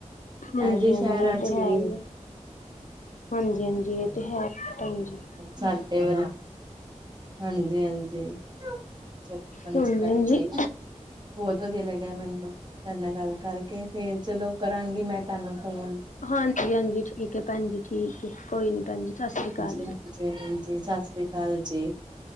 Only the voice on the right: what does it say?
ਇਹ ਜੀ
ਸ਼ਹਿਰਾਂ
ਚ
ਹੀ
ਸਾਡੇ <unintelligible> ਹਾਂਜੀ ਹਾਂਜੀ। ਚਲੋ ਹਾਂਜੀ
ਭੈਣ ਜੀ ਬਹੁਤ ਵਧੀਆ ਲੱਗਿਆ ਇਹਨਾ ਨੂੰ ਤਾਂ ਪਹਿਲਾ ਗੱਲ ਕਰਕੇ ਫੇਰ ਚਲੋ ਕਰਾਂਗੀ ਮੈਂ ਤੁਹਾਨੂੰ ਫੋਨ।
ਹਾਂਜੀ
ਹਾਂਜੀ ਹਾਂਜੀ ਸਾਸਰੀ ਕਾਲ ਜੀ।